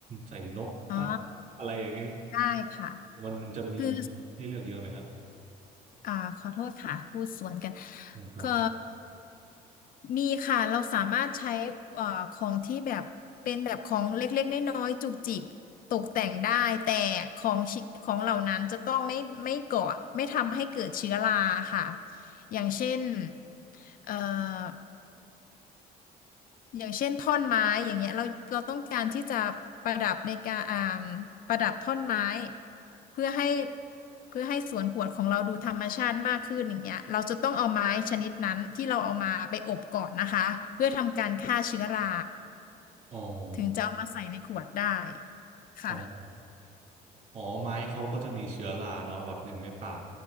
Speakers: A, on the right; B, on the left.
A: ใส่นกปัดอะไรอย่างเนี้ย
B: อ่าได้ค่ะ
A: มันมันจะมี
B: คือ
A: ให้เลือกเยอะไหมฮะ
B: อ่าขอโทษค่ะพูดสวนกัน
A: อ๋อครับ
B: ก็มีค่ะเราสามารถใช้เอ่อของที่แบบเป็นแบบของเล็กๆน้อยๆจุกจิกตกแต่งได้แต่ของชิของเหล่านั้นจะต้องไม่ไม่ก่อไม่ทำให้เกิดเชื้อราค่ะอย่างเช่นเอ่อ อย่างเช่นท่อนไม้อย่างเงี้ยเราเราต้องการที่จะประดับในการอ่าประดับท่อนไม้เพื่อให้เพื่อให้สวนกวดของเราดูธรรมชาติมากขึ้นอย่างเงี้ยเราจะต้องเอาไม้ชนิดนั้นที่เราเอามาไปอบก่อนนะคะเพื่อทำการฆ่าเชื้อรา
A: อ๋อ
B: ถึงจะเอามาใส่ในขวดได้ค่ะ
A: อ๋อ อ๋อไม้เขาก็จะมีเชื้อราเนาะแบบหนึ่งในป่า